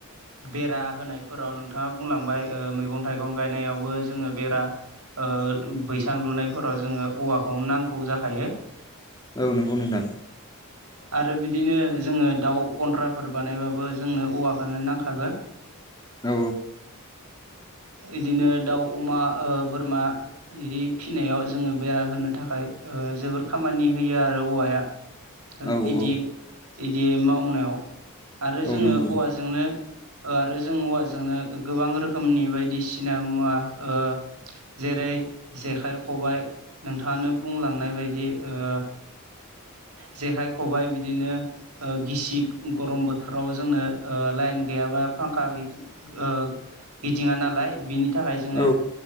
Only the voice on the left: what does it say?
औ नंगौ नोंथां।
औ
औ
औ
औ
नंगौ
औ